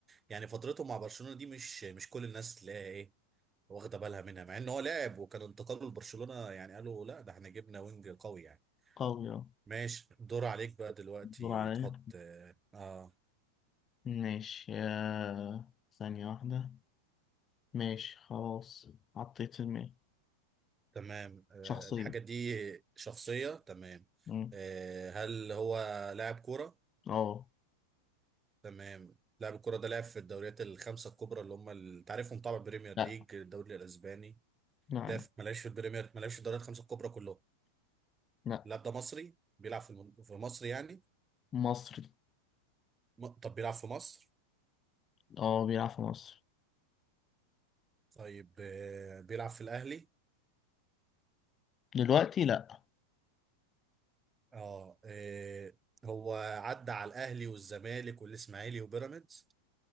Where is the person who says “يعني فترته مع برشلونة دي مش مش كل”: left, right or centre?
Right